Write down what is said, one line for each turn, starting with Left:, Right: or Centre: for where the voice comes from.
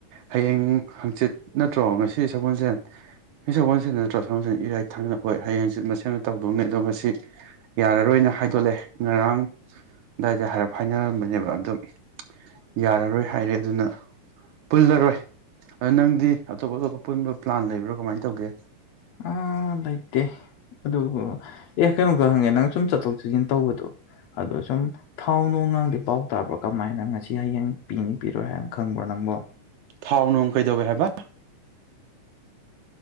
Right: ꯍꯌꯦꯡ ꯍꯥꯡꯆꯤꯠ ꯅꯠꯇ꯭ꯔꯣ ꯉꯁꯤ ꯁꯒꯣꯜꯁꯦꯟ ꯉꯁꯤ ꯁꯒꫭꯜꯁ‌ꯦꯟ ꯅꯠꯇ꯭ꯔꯣ ꯁꯒꫭꯜꯁ‌ꯦꯟ ꯏꯔꯥꯏ ꯊꯥꯡꯅ ꯍꯣꯏ ꯍꯌꯦꯡꯆꯤꯠ ꯃꯁ‌ꯦꯝꯗ ꯇꯧꯗꯧꯅꯤ ꯑꯣ ꯃꯁꯤ ꯌꯥꯔꯔꯣꯏꯅ ꯍꯥꯏꯗꯣꯛꯂꯑꯦ ꯉꯔꯥꯡ ꯑꯗꯨꯗꯥꯏꯗ ꯍꯥꯏꯔꯞ ꯍꯥꯏꯅꯔꯝꯕꯅꯦꯕ ꯑꯗꫭ ꯌꯥꯔꯔꯣꯏ ꯍꯥꯏꯔꯦ ꯑꯗꯨꯅ ꯄꯨꯜꯂꯔꯣꯏ ꯑ ꯅꯪꯗꯤ ꯑꯇꯣꯞ ꯑꯇꯣꯞꯄ ꯄꯨꯟꯕ ꯄ꯭ꯂꯥꯟ ꯂꯩꯕ꯭ꯔꯣ ꯀꯃꯥꯏ ꯇꯧꯒꯦ
Left: ꯑ ꯂꯩꯩꯇꯦ ꯑꯗꯨꯕꯨ ꯑꯦ ꯀꯩꯅꯣ ꯈ ꯍꯪꯉꯦ ꯅꯪ ꯁꯨꯝ ꯆꯠꯊꯣꯛ ꯆꯠꯁꯤꯟ ꯇꯧꯕꯗꯣ ꯑꯗꯣ ꯁꯨꯝ ꯊꯥꯎ ꯅꯣꯡꯉꯥꯡꯗꯤ ꯄꯥꯎ ꯇꯥꯕ꯭ꯔꯣ ꯀꯃꯥꯏꯅ ꯉꯁꯤ ꯍꯌꯦꯡ ꯄꯤꯅꯤ ꯄꯤꯔꯣꯏ ꯍꯥꯏꯅ ꯈꯪꯕ꯭ꯔꯣ ꯅꯪꯕꯣ
Right: ꯊꯥꯎ ꯅꯨꯡ ꯀꯩꯗꯧꯋꯦ ꯍꯥꯏꯕ